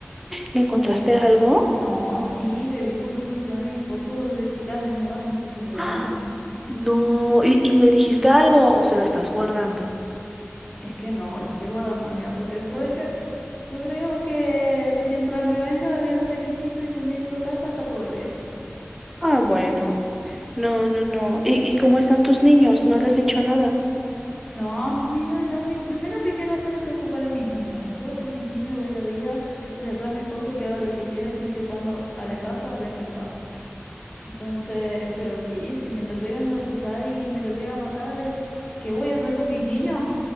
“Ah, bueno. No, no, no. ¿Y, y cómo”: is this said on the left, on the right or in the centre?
Centre